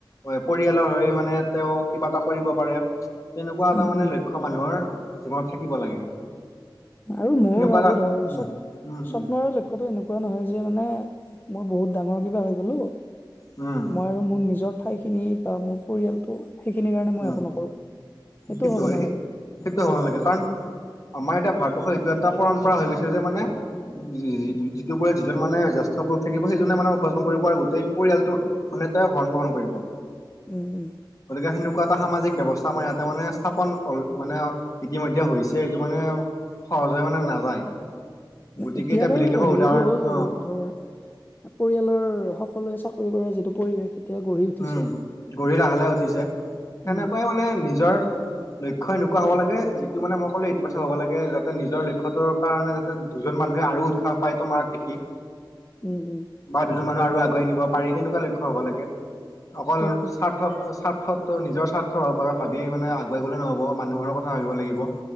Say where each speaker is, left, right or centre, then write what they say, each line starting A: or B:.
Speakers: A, on the left; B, on the left.
A: হয় পৰিয়ালৰ হৈ মানে তেওঁ কিবা এটা কৰিব পাৰে। তেনেকুৱা এটা
B: উম,
A: মানে
B: উম,
A: লক্ষ্যমানুহৰ জীৱনত থাকিব লাগে।
B: আৰু ময়ো
A: সেনেকুৱা
B: ভাবো
A: এটা
B: ধৰ
A: উম
B: সব
A: উম উম
B: স্বপ্নৰ লক্ষ্য লক্ষ্যটো এনেকুৱা নহয় যে, মানে মই বহুত ডাঙৰ কিবা হৈ গ'লো।
A: উম
B: মই আৰু মোৰ নিজৰ ঠাইখিনি বা মোৰ পৰিয়ালটো সেইখিনি কাৰণে মই
A: উম
B: একো নকৰোঁ। সেইটোও
A: সেইটোৱে
B: হ'ব নালাগে।
A: সেইটো হ'ব নালাগে। কাৰণ আমাৰ এতিয়া ভাৰতবৰ্ষৰ এইটো এটা পৰম্পৰা হৈ গৈছে যে, মানে যি যিটোৰ পৰা যিজন মানে জ্যেষ্ঠ পুৰুষ থাকিব, সেইজনে মানে উপাৰ্জন কৰিব আৰু গোটেই পৰিয়ালটোৰ মানে তেওঁ ভৰণ ব্ৰহন কৰিব।
B: উম উম
A: গতিকে সেনো নেকুৱা এটা সামাজিক ব্যৱস্থা আমাৰ ইয়াতে মানে স্থাপন মানে ইতিমধ্যে হৈছে। এইটো মানে সহজে মানে নাযায়। গতিকে
B: এতিয়া বাৰু
A: বেলেগ দেশৰ
B: হেৰিটো
A: উদাহৰণ
B: হ'ল
A: অ
B: বাৰু ধৰ- পৰিয়ালৰ সকলোৱে চাকৰি কৰা যিটো পৰিৱেশ- এতিয়া গঢ়ি উঠিছে।
A: উম গঢ়ি লাহে লাহে উঠিছে। সেনেকুৱাই
B: উম,
A: মানে নিজৰ- লক্ষ্য এনেকুৱা হ'ব লাগে যিটো মানেই কলো এইটো পাছ হ'ব লাগে যাতে নিজৰ লক্ষ্যটোৰ- কাৰণে যাতে দুজন মানুহে আৰু উৎসাহ পায় তোমাক দেখি।
B: উম, উম।
A: বা দুজন মানুহ আৰু আগুৱাই নিব পাৰি তেনেকুৱা লক্ষ্য হব লাগে, অকল
B: তাকে
A: স্বাৰ্থ স্বা- ৰ্থ নিজৰ স্বাৰ্থ বা ভাবি মানে আগুৱাই গ'লে নহ'ব মানুহৰ কথা ভাবিব লাগিব।